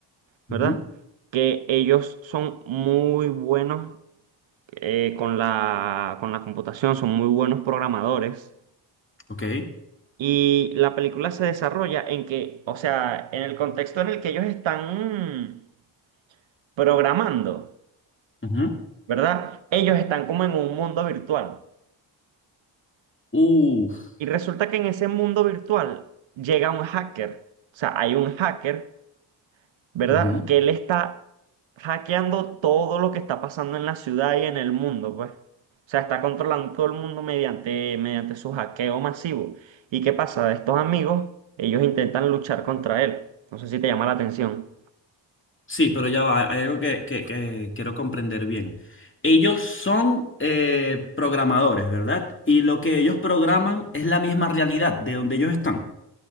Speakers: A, on the right (about 75°); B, on the left (about 25°).
A: ¿verdad?
B: ujú,
A: Que ellos son muy buenos eh, con la, con la computación, son muy buenos programadores.
B: ok.
A: Y la película se desarrolla en que, o sea, en el contexto en el que ellos están... programando,
B: ujú,
A: ¿verdad? Ellos están como en un mundo virtual.
B: Uf.
A: Y resulta que en ese mundo virtual llega un hacker. O sea, hay un hacker, ¿verdad?
B: ujú.
A: Que él está hackeando todo lo que está pasando en la ciudad y en el mundo, pues. O sea, está controlando todo el mundo mediante, mediante su hackeo masivo. ¿Y qué pasa? Estos amigos, ellos intentan luchar contra él. No sé si te llama la atención.
B: Sí, pero ya va, hay algo que, que- que quiero comprender bien. Ellos son eh, programadores, ¿verdad? Y lo que ellos programan es la misma realidad de donde ellos están.